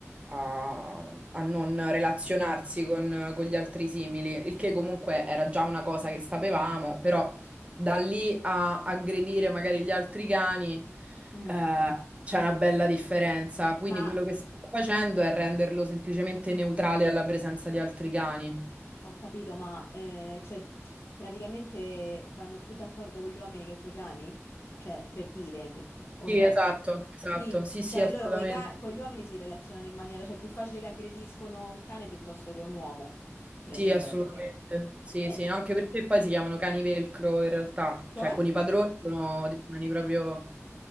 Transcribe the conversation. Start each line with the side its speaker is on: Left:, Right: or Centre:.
Right: a- a non relazionarsi con, con gli altri simili, il che comunque era già una cosa che sapevamo, però da lì a aggredire magari gli altri cani
Left: mm.
Right: eh, c'è una bella differenza. Quindi
Left: Ma
Right: quello che sto facendo è renderlo semplicemente neutrale alla presenza di altri cani.
Left: ho capito, ma eh, cioè, praticamente vanno più d'accordo con gli uomini che con i cani? Cioè, per dire, per- o
Right: Sì,
Left: no?
Right: esatto, esatto,
Left: Sì,
Right: sì, sì,
Left: cioè
Right: assolutamente.
Left: loro coi ca- con gli uomini si relazionano in maniera, cioè è più facile che aggrediscono un cane piuttosto che un uomo, praticamente.
Right: Sì, assolutamente. Sì,
Left: Eh,
Right: sì, no, anche perché poi si chiamano cani velcro in realtà,
Left: Cioè?
Right: cioè con i padroni sono dei cani proprio...